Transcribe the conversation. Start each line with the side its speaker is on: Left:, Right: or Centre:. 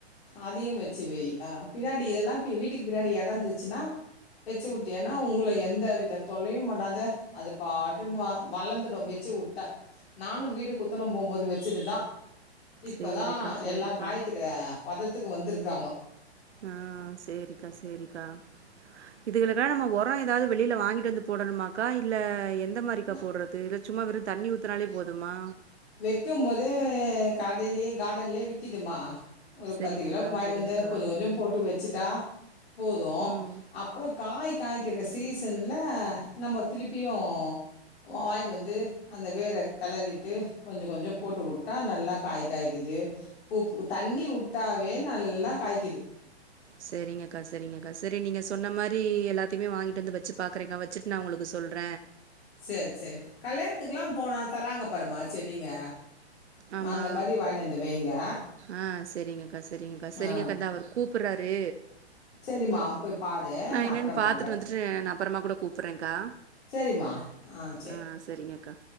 Left: அதயு வச்சு வெய் அ பின்னாடி இதெல்லா வீட்டுக்கு பின்னாடி எடோ இருந்துச்சுன்னா வெச்சு உட்டயன்னா உங்கள எந்த த வித தொல்லையும் பண்ணாத அது பாட்டுன்னு வ வளர்ந்துடு வெச்சு விட்ட நானு வீடு குத்தணோம் போம்போது வெச்சதுதா இப்பதா
Right: சேரிக்கா சேரிக்கா
Left: எல்லா காய்குது பதத்துக்கு வந்துருக்காங்கோ
Right: ஆ சேரிக்கா சேரிக்கா இதுகலுக்க நம்ம ஒரோ ஏதாவது வெளியில வாங்கிட்டு வந்து போடணுமாக்கா இல்ல எந்த மாரிக்கா
Left: ந
Right: போடறது இல்ல சும்மா வெறு தண்ணி ஊத்துனாலே போதமா
Left: வெக்கும்போதே கடையிலியு கார்டன்லே விக்கிதுமா ஒரு
Right: செரிங்கக்கா
Left: பத்து கிலோக்கு வாங்கின்
Right: செரிங்கக்கா
Left: வந்து கொஞ்சோ கொஞ்சோ போட்டு வெச்சுட்டா போது
Right: ம்
Left: அப்போ காய் காய்க்கிற சீசன்ல நம்போ திருப்பியு வாங்கின் வந் து அந்த வேற கெளறிட்டு கொஞ்ச கொஞ்சோ போட்டு உட்டா நல்லா காய் காய்க்குது பூப்பூ தண்ணி உட்டாவே நல்லா காய்க்குது
Right: செரிங்கக்கா செரிங்கக்கா செரி நீங்க சொன்ன மாரி எல்லாத்தையுமே வாங்கிட்டு வந்து வச்சு பாக்குறேங்கா வச்சு நா உங்களுக்கு சொல்ற
Left: சேரி சேரி கல்யாணத்துக்குல்லா போனா தராங்க பாருமா செடிங்க
Right: ஆமா
Left: அந்த மாரி வாங்கின்னு வந்து வைங்க.
Right: ஆ செரிங்கக்கா செரிங்கக்கா செரிங்கக்கா
Left: ஆ
Right: த அவர் கூப் கூப்பட்றாரு
Left: சரிம்மா போய் பாரு.
Right: நா
Left: நான்
Right: என்னன்னு
Left: அப்புறம்
Right: பாத்துட்டு
Left: பண்றேன்.
Right: வந்துட்டு நா அப்பறமா கூட கூப்பறேக்கா
Left: சேரிமா ஆ சேர்
Right: ஆ செரிங்கக்கா